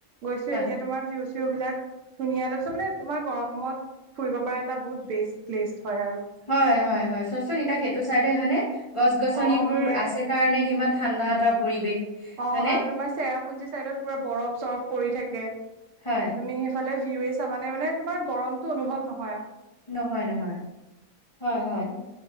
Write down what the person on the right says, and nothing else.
গৈছো
এতিয়া তোমাৰ ভিউজ ভিউ বিলাক ধুনীয়া তাৰপিছত মানে তোমাৰ গৰমত ফুৰিব পাৰা এটা বহুত বেষ্ট প্লেচ। হয় আৰু
অ সেয়াই
অ
আৰু তোমাৰ চেৰাপুঞ্জি চাইডত পুৰা বৰফ চৰফ পৰি থাকে
তুমি সেইফালে ভিউৱে চাবানে মানে তোমাৰ গৰমতটো অনুভৱ নহ